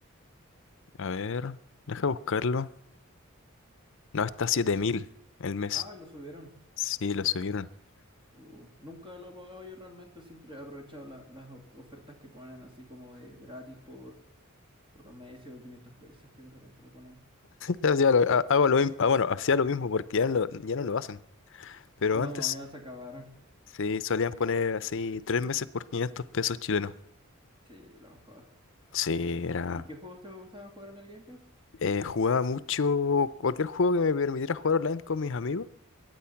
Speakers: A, on the left (about 60°); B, on the right (about 25°).
A: A ver, deja buscarlo. No, está 7000 el mes.
B: Ah, y lo subieron.
A: Sí, lo subieron. <laughs>
B: Uh, nunca lo he pagado yo realmente, siempre he aprovechado la- las of- ofertas que ponen así como de gratis por, por dos meses o 500 pesos que de repente lo ponen.
A: Ya hacía lo- ha- hago lo mismo. Ah, bueno, hacía lo mismo porque ya, no ya no lo hacen. Pero
B: No,
A: antes
B: ya se acabaron.
A: sí solían poner así tres meses por 500 pesos chilenos.
B: Sí, lo mejor.
A: Sí, era.
B: ¿Y, y qué juegos te gustaban jugar en el Game Pass?
A: eh, jugaba mucho cualquier juego que me permitiera jugar online con mis amigos.